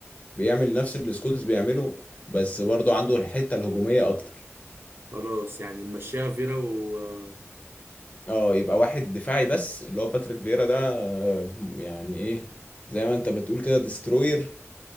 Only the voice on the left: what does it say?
بيعمل نفس اللي سكولز بيعمله بس برضه عنده الحتة الهجومية أكتر
اه يبقى واحد دفاعي بس اللي هو باتريك فييرا ده آه، يعني ايه زي ما انت بتقول كده ديستروير